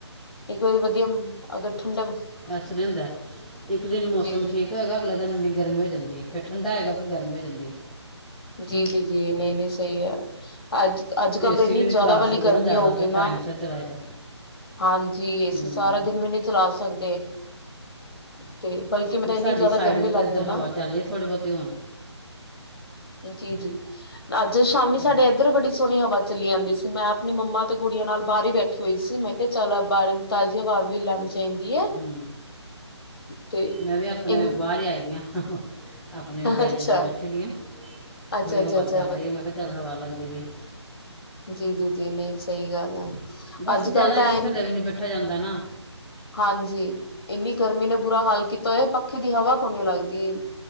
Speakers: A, on the left; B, in the centre.
A: ਇੱਕ ਈ ਵਧੀਮ ਅਗਰ ਠੰਡਮ
B: ਅਸਰ ਨਹੀਂ ਹੁੰਦਾ ਇੱਕ ਦਿਨ ਮੌਸਮ
A: ਜੀ
B: ਠੀਕ ਹੋਏਗਾ ਅਗਲੇ ਦਿਨ ਇੰਨੀ ਗਰਮੀ ਹੋ ਜਾਂਦੀ ਹੈ ਫੇਰ ਠੰਡਾ ਹੈਏਗਾ ਫੇਰ ਗਰਮੀ ਹੋ ਜਾਂਦੀ ਹੈ
A: ਜੀ ਜੀ ਜੀ ਨਹੀ ਨਹੀ ਸਹੀ ਹੈ ਅੱਜ ਅੱਜ
B: ਏਸੀ
A: ਕੱਲ ਤਾਂ ਇੰਨੀ
B: ਵੀ ਨਹੀਂ
A: ਜ਼ਿਆਦਾ
B: ਚਲਾ
A: ਵਾਲੀ
B: ਸਕਦੇ
A: ਗਰਮੀ
B: ਨਾ ਜ਼ਿਆਦਾ
A: ਹੋ
B: ਫਿਰ
A: ਗਗੀ ਨਾ
B: ਟਾਈਮ ਸਿਰ ਚਲਾਏ ਦਾ
A: ਹਾਂਜੀ ਏਸੀ
B: ਹੂੰ
A: ਸਾਰਾ ਦਿਨ ਵੀ ਨਹੀਂ ਚਲਾ ਸਕਦੇ ਤੇ ਬਲਕਿ ਮੈਂ
B: ਨਹੀਂ
A: ਤਾਂ
B: ਸਾਡੀ
A: ਇੰਨੀ ਜ਼ਿਆਦਾ
B: ਸਾਈਡ
A: ਗਰਮੀ
B: ਤੇ
A: ਲੱਗ
B: ਤਾਂ ਏਧਰ
A: ਗਈ ਨਾ
B: ਹਵਾ ਚੱਲ ਰ ਹੈ ਥੋੜੇ ਬਹੁਤੇ ਹੁਣ
A: ਜੀ ਜੀ ਅੱਜ ਸ਼ਾਮੀ
B: ਹੋਰ
A: ਸਾਡੇ ਇੱਧਰ ਬੜੀ ਸੋਹਣੀ ਹਵਾ ਚੱਲੀ ਜਾਂਦੀ ਸੀ ਮੈਂ ਆਪਣੀ ਮੰਮਾ ਤੇ ਗੁੜੀਆਂ ਨਾਲ ਬਾਹਰ ਹੀ ਬੈਠੀ ਹੋਈ ਸੀ ਮੈਂ ਕਿਹਾ ਚੱਲ ਬਾਹਰ ਤਾਜ਼ੀ ਹਵਾ ਵੀ ਲੈਣੀ ਚਾਹੀਦੀ ਹੈ
B: ਹੂ
A: ਤੇ
B: ਮੈਂ ਵੀ ਆਪਣੇ
A: ਇਨ
B: ਬਾਹਰ ਹੀ ਆਈ ਦੀ ਹ ਹਾਂ ਆਪਣੇ ਗੈਲਰੀ
A: ਅੱਛਾ
B: ਚ ਬੈਠੀ ਦੀਆਂ
A: ਅੱਛਾ
B: ਥੋੜ੍ਹੀ ਹਵਾ
A: ਅੱਛਾ ਅੱਛਾ
B: ਚੱਲ ਰਹੀ ਹੈ, ਮੈਂ ਕਿਹਾ ਚੱਲ ਹਵਾ ਲਗ ਕਦੀ ਵੀ
A: ਜੀ ਜੀ ਜੀ ਨਹੀਂ ਸਹੀ ਗੱਲ ਹੈ
B: ਬਸ
A: ਅੱਜ
B: ਜਿਆਦਾ
A: ਕੱਲ ਤਾਂ
B: ਇਥੇ
A: ਐ
B: ਥੱਲੇ ਵੀ ਨਹੀਂ ਬੈਠਾ ਜਾਂਦਾ ਨਾ
A: ਹਾਂਜੀ ਇੰਨੀ ਗਰਮੀ ਨੇ ਬੁਰਾ ਹਾਲ ਕੀਤਾ ਹੋਆ ਪੱਖੇ ਦੀ ਹਵਾ ਕੋਨੀ ਲੱਗਦੀ